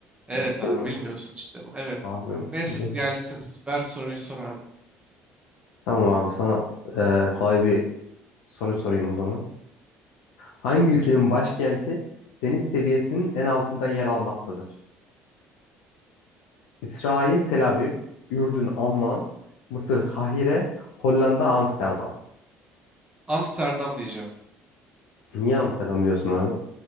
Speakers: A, on the right (about 15°); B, on the left (about 65°).
A: Evet
B: Ciddi
A: abi
B: mi?
A: bilmiyorsun işte bunu. Evet.
B: Abi
A: Neyse
B: neyse.
A: gelsin. Ver soruyu sor abi.
B: Tamam abi sana e, kolay bir soru sorayım o zaman. Hangi ülkenin başkenti deniz seviyesinin en altında yer almaktadır? İsrail Tel Aviv, Ürdün Amman, Mısır Kahire, Hollanda Amsterdam.
A: Amsterdam diyeceğim.
B: Niye Amsterdam diyorsun abi?